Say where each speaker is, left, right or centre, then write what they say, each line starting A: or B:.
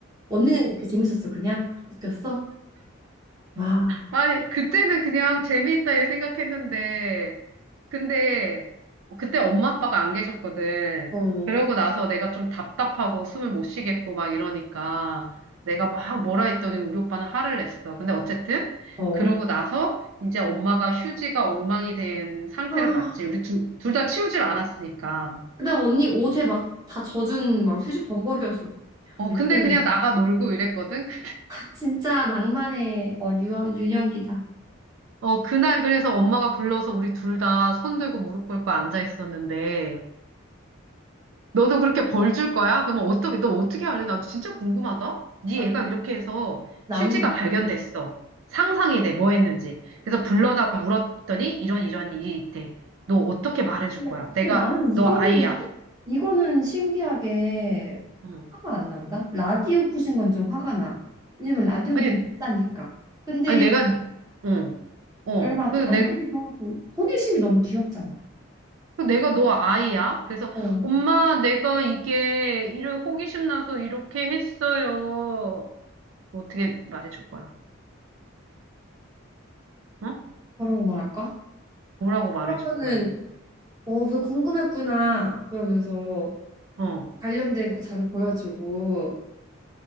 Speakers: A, on the right; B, on the right.
A: 언니는 이렇게 재밌었어, 그냥? 웃겼어? 와.
B: 아니, 그때는 그냥 재미있다 이렇게 생각했는데, 근데 그때 엄마 아빠가 안 계셨거든.
A: 어,
B: 그러고 나서 내가 좀 답답하고 숨을 못 쉬겠고 막 이러니까 내가 막 뭐라 했더니 우리 오빠는 화를 냈어. 근데 어쨌든
A: 어.
B: 그러고 나서 이제 엄마가 휴지가 엉망이 된 상태를
A: 아,
B: 봤지. 우리 둘 다 치우질 않았으니까.
A: 그다음 언니 옷에 막 다 젖은 막 휴지 범벅이었을 거 아니야.
B: 어, 근데
A: 웬일인.
B: 그냥 나가 놀고 이랬거든. 그,
A: 아, 진짜 낭만의 어, 유, 윤현기다.
B: 어, 그날 그래서 엄마가 불러서 우리 둘 다 손 들고 무릎 꿇고 앉아 있었는데, 너도 그렇게 벌 줄 거야? 그러면 어떻게, 너 어떻게 할래? 나 진짜 궁금하다. 네
A: 아, 그
B: 애가 이렇게 해서
A: 나는
B: 휴지가 발견됐어. 상상이 돼, 뭐 했는지. 그래서 불러다 물었더니 이런 이런 일이 있대. 너 어떻게 말해줄
A: 근데,
B: 거야? 내가
A: 근데 나는
B: 너
A: 이거는
B: 아이야.
A: 이거는 신기하게
B: 응.
A: 화가 안 난다. 라디오 부신 건 좀 화가 나. 왜냐면 라디오는
B: 아니,
A: 좀 비싸니까. 근데
B: 아니 내가, 응, 어.
A: 얼마
B: 그래서
A: 안
B: 내,
A: 되기도 하고 호기심이 너무 귀엽잖아.
B: 그 내가 너 아이야. 그래서
A: 어.
B: 엄마, 내가 이게 이런 호기심 나서 이렇게 했어요. 어떻게 말해줄 거야? 응?
A: 뭐라고 말할까?
B: 뭐라고 말해줄
A: 그러면은
B: 거야?
A: 어, 그거 궁금했구나. 그러면서
B: 어.
A: 관련된 거 자료 보여주고